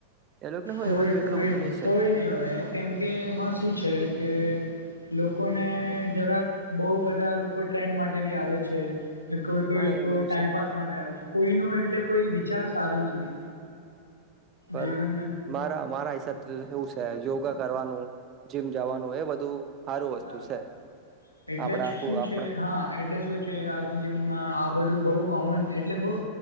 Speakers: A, on the right (about 35°); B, on the left (about 80°).
A: એ લોકોને હોય
B: કોઈ
A: એ બધું
B: કોઈ
A: એટલું બધું છે
B: કોઈ નહી હોવે કેમકે એમાં શું છે કે લોકો લોકોને જરાક બહુ બધા લોકો લોકો ટ્રેન્ડ માટે બી આવે છે કોઈ કોઈ
A: હા
B: લોકો
A: એ બધું
B: ટાઈમપાસ
A: છે
B: માટે આવે છે કોઈ નો એટલે કોઈ વિચાર સારું નથી
A: પર
B: જીવનને
A: મારા મારા હિસાબથી એવું છે યોગા કરવાનું જીમ જવાનું એ બધું સારું વસ્તુ
B: હા
A: છે
B: એટલે
A: આપડા આપડા
B: શું છે હા એટલે શું છે આજ જીવન માં આ બધું બહુ કોમન એટલે બહ